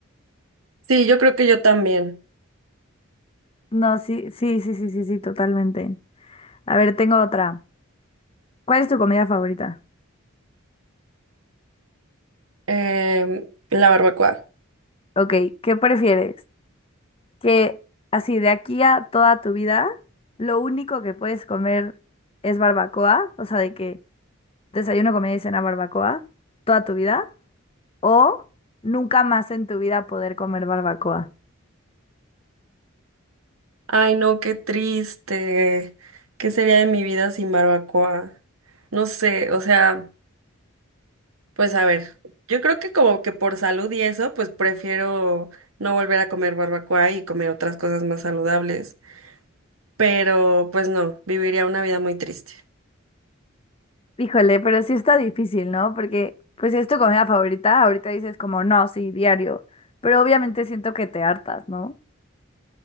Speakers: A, on the right; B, on the left.
A: Sí, yo creo que yo también.
B: No, sí, sí, sí, sí, sí, sí, totalmente. A ver, tengo otra. ¿Cuál es tu comida favorita?
A: Em, la barbacoa.
B: Ok, ¿qué prefieres? que así de aquí a toda tu vida, lo único que puedes comer es barbacoa, o sea, de que desayuno, comida y cena barbacoa toda tu vida, o nunca más en tu vida poder comer barbacoa.
A: Ay, no, qué triste. ¿Qué sería de mi vida sin barbacoa? No sé, o sea. Pues a ver, yo creo que como que por salud y eso, pues prefiero no volver a comer barbacoa y comer otras cosas más saludables. Pero pues no, viviría una vida muy triste.
B: Híjole, pero sí está difícil, ¿no? Porque pues si es tu comida favorita, ahorita dices como, no, sí, diario, pero obviamente siento que te hartas, ¿no?